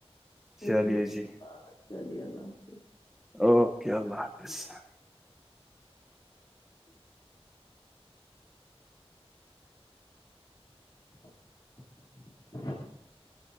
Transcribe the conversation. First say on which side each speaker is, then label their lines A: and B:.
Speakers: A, on the left; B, in the centre.
A: ہوتی
B: چلیے
A: ہے پھر
B: جی
A: سے بات چلیے اللہ حافظ۔
B: اوکے <unintelligible>
A: <unintelligible> <unintelligible>